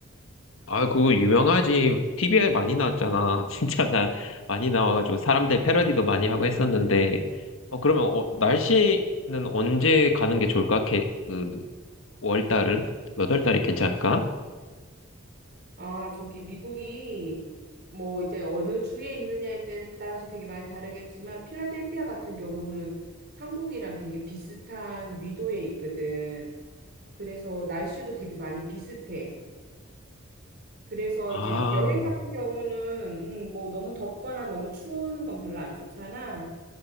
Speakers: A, on the left; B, on the right.
A: 아, 그거 유명하지. TV에 많이 나왔잖아. <laughs> 진짜 다 많이 나와가지고 사람들 패러디도 많이 하고 했었는데. 어, 그러면 어, 날씨는 언제 가는 게 좋을까? 개, 그, 월달은? 몇 월 달이 괜찮을까?
B: 아, 저기 미국이 뭐 이제 어느 주에 있느냐에 따- 따라서 되게 많이 다르겠지만, 필라델피아 같은 경우는 한국이랑 되게 비슷한 위도에 있거든. 그래서 날씨도 되게 많이 비슷해. 그래서
A: 아,
B: 이제 여행 같은 경우는, 음, 뭐 너무 덥거나 너무 추운 건 별로 안 좋잖아.